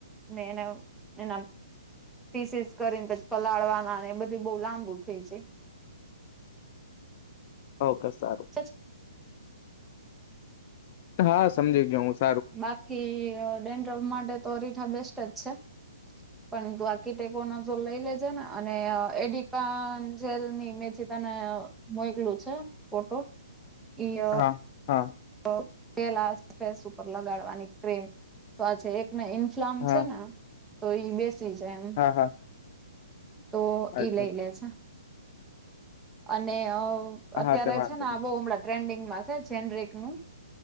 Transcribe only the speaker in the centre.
ને એને એના પીસીસ કરીને, પછ પલાળવાના, ને એ બધું બઉ લાંબુ થઇ છે.
<inaudible>
બાકી અહ ડેન્ ડફ માટે તો અરીઠા બેસ્ટ જ છે. પણ <unintelligible> નો તું લઈ લેજે ના. અને એડિપા જેલ ની મે જે તને અહ મોઈકલું છે ફોટો, ઈ અહ
તો તેલ આવે છે ફેસ ઉપર લગાડવાની ક્રીમ. તો આ જે એક ને ઇન્ફ્લામ
છે ને, તો ઈ બેસી જાય એમ.
તો
ઈ લઈ લેજે. અને અહ અત્યારે
છે ને,
બહુ હમણાં ટ્રેન્ડિંગમાં છે, જેનરિક નું